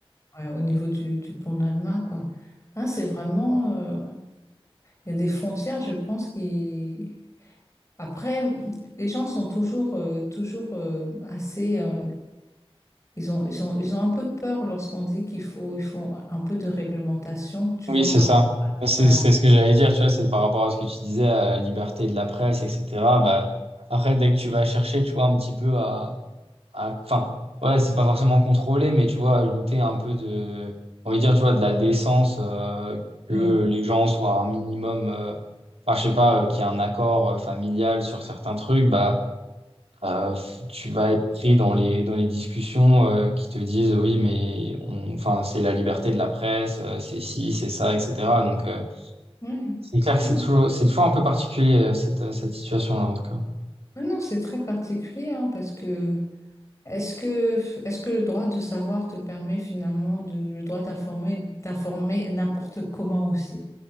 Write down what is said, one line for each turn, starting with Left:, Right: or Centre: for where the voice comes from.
Left: ouais, au niveau du, du pont de l'Alma, quoi. Hein, c'est vraiment... euh, Il y a des frontières, je pense, qui... Après, <laughs> les gens sont toujours, euh, toujours euh, assez... euh, ils ont, ils ont, ils ont un peu peur lorsqu'on dit qu'il faut, il faut un peu de réglementation, tu
Right: Oui,
Left: vois,
Right: c'est
Left: par...
Right: ça. Bah, C'est
Left: Voilà.
Right: c'est ce que j'allais dire, tu vois, c'est par rapport à ce que tu disais, à la liberté de la presse, etc. Bah, après, dès que tu vas chercher, tu vois, un petit peu à, à, enfin, ouais, c'est pas forcément contrôlé, mais tu vois, ajouter un peu de, on va dire, tu vois, de la décence, euh, que
Left: Ouais.
Right: les gens soient un minimum, euh, enfin, je sais pas, euh, qu'il y ait un accord euh, familial sur certains trucs, bah, euh, tu vas être pris dans les, dans les discussions euh, qui te disent oui, mais on, enfin, c'est la liberté de la presse, euh, c'est ci, c'est ça, etc. Donc, euh,
Left: Ouais.
Right: c'est clair que
Left: Non,
Right: c'est toujours, c'est toujours un peu particulier euh, cette, euh, cette situation-là, en tout cas.
Left: Mais non, c'est très particulier, hein, parce que... Est-ce que, est-ce que le droit de savoir te permet finalement de, le droit d'informer, d'informer n'importe comment aussi?